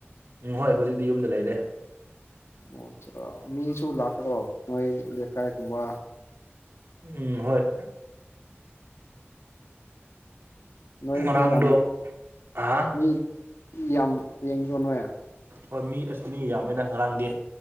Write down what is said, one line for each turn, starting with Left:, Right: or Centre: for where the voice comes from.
Right: ꯎꯝ ꯍꯣꯏ ꯍꯧꯖꯤꯛꯇꯤ ꯌꯨꯝꯗ ꯂꯩꯔꯦ
Left: ꯑꯣ ꯑꯆꯥ ꯃꯤꯁꯨ ꯂꯥꯛꯄ꯭ꯔꯣ ꯅꯣꯏ ꯂꯩꯀꯥꯏꯒꯨꯝꯕ
Right: ꯎꯝ ꯍꯣꯏ
Left: ꯅꯣꯏ
Right: ꯉꯔꯥꯡꯗꯣ
Left: ꯃꯤ ꯌꯥꯝ
Right: ꯑ
Left: ꯃꯤ ꯃꯤ ꯌꯥꯝ ꯌꯦꯡꯕꯔꯣ ꯅꯣꯏ
Right: ꯍꯣꯏ ꯃꯤ ꯑꯁ ꯃꯤ ꯌꯥꯝꯃꯦꯗ ꯉꯔꯥꯡꯗꯤ